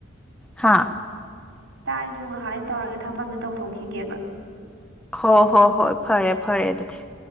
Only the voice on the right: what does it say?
ꯇꯥꯏꯁꯨ ꯉꯥꯏꯍꯥꯛ ꯇꯧꯔꯒꯦ ꯊꯕꯛ ꯑ ꯑꯃꯇ ꯇꯧꯊꯣꯛꯈꯤꯒꯦꯕ